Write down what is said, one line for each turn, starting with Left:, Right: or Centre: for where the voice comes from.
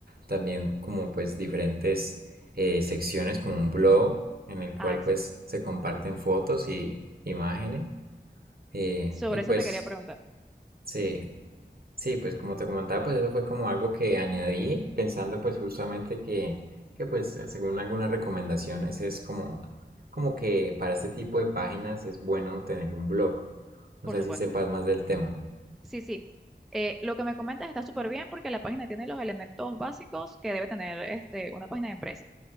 Right: también como pues diferentes eh, secciones como un blog en el cual
Centre: Ah, excelente.
Right: pues se comparten fotos y imágenes eh,
Centre: Sobre
Right: y pues
Centre: eso te quería preguntar.
Right: Sí. Sí, pues como te comentaba, pues eso fue como algo que añadí pensando pues justamente que, que pues eh, según algunas recomendaciones es como, como que para este tipo de páginas es bueno tener un blog. No
Centre: Por
Right: sé
Centre: supuesto.
Right: si sepas más del tema.
Centre: Sí, sí. Eh, lo que me comentas está súper bien porque la página tiene los elementos básicos que debe tener este, una página de empresa.